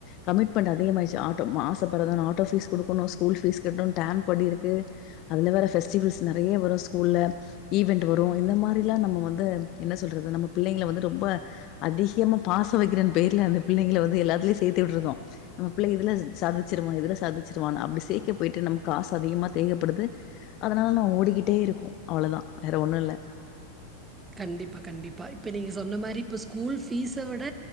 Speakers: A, on the left (about 40°); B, on the right (about 15°).
A: கமிட்மெண்ட் அதிக ஆச்சு ஆட்டோ மாசோ பெறந்ததனா ஆட்டோ ஃபீஸ் குடுக்கணு ஸ்கூல் ஃபீஸ் கட்டணு டேம்ப்படி இருக்கு அதுல வேற ஃபெஸ்டிவல்ஸ் நெறய வரு ஸ்கூல்ல ஈவெண்ட் வரும் இந்த மாதிரில்லா நம்ம வந்து என்ன சொல்றது நம்ம பிள்ளைங்கள வந்து ரொம்ப அதிகமா பாச வக்குறேன் பேர்ல அந்த பிள்ளைங்கள வந்து எல்லாத்துலயு சேத்து விட்ருந்தோ நம்ம பிள்ள இதுல சாதிச்சுடுவா இதுல சாதிச்சுவானு அப்டி சேக்க போயிட்டு நமக்கு காசு அதிகமா தேவப்படுது அதனால நா ஓடிக்கிட்டே இருக்கு அவ்ளோதா வேற ஒன்னு இல்ல
B: கண்டிப்பா கண்டிப்பா இப்ப நீங்க சொன்ன மாரி இப்போ ஸ்கூல் ஃபீஸ விட